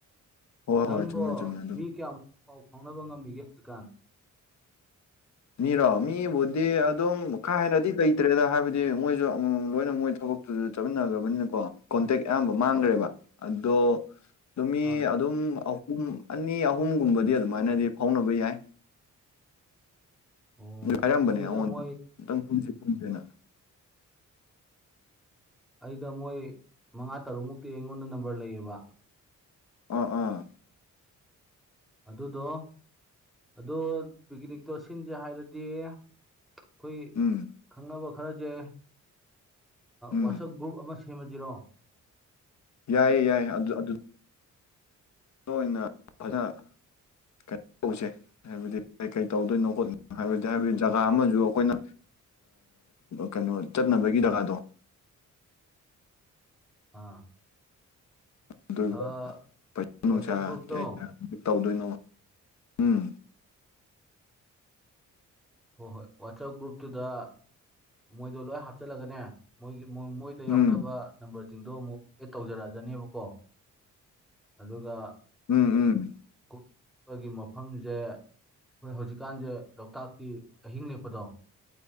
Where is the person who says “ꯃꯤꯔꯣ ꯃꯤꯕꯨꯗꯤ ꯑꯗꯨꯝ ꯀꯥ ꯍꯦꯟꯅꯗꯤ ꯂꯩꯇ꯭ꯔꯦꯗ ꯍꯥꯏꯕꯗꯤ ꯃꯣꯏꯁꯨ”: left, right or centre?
Left